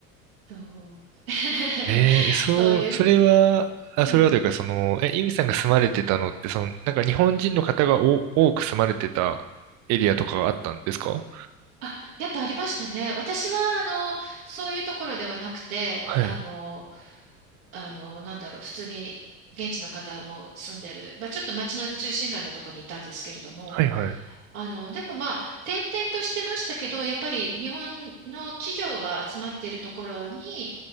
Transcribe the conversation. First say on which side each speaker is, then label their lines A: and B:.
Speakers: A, on the right (about 70°); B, on the right (about 40°).
A: そう。<laughs>
B: ええ、そう、
A: そういう、
B: それは、あ、
A: うん。
B: それはというか、その、え、イミさんが住まれてたのって、その、なんか日本人の方がお多く住まれてたエリアとかがあったんですか
A: あ、やっぱありましたね。私は、あの、そういうところではなくて、
B: はい。
A: あの、あの、なんだろう、普通に現地の方も住んでる、まあ、ちょっと町の中心街のとこにいたんですけれども、
B: はいはい。
A: あの、でもまあ、転々としてましたけど、やっぱり日本の企業が集まっているところに